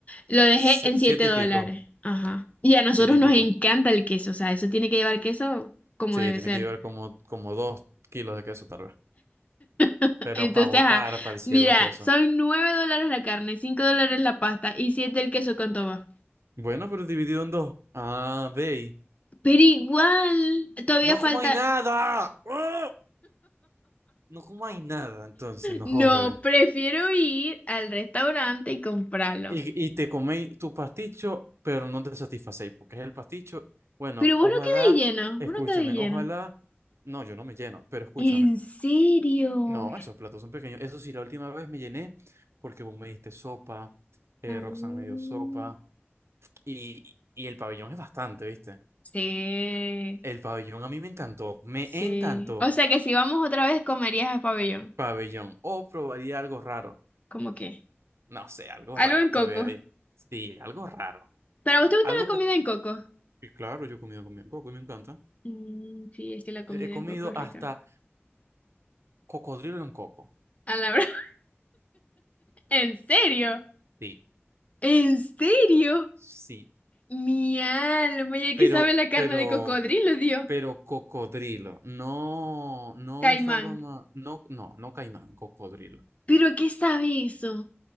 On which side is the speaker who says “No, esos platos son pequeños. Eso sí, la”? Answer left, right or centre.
Right